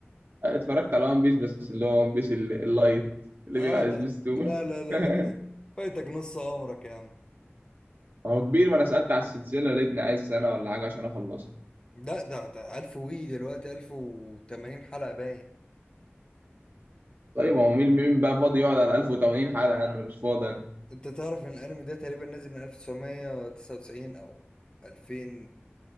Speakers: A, on the right (about 45°); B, on the left (about 20°).
A: اتفرجت على ون بيس بس اللي هو ون بيس ال- اللايت اللي
B: اه
A: بيبقى على
B: لا
A: سبيستون
B: لا لا لا,
A: <laughs>
B: لا كده فايتك نص عمرك يا عم
A: هو كبير ما انا سالت على السلسله لقيتني عايز سنه ولا حاجه عشان اخلصها
B: ده ده ده 1000 وي دلوقتي 1080 حلقه باين
A: طيب هو مين مين بقى فاضي يقعد على 1080 حلقه انا مش فاضي أنا.
B: انت تعرف ان الانمي ده تقريبا نازل من 1999 او 2000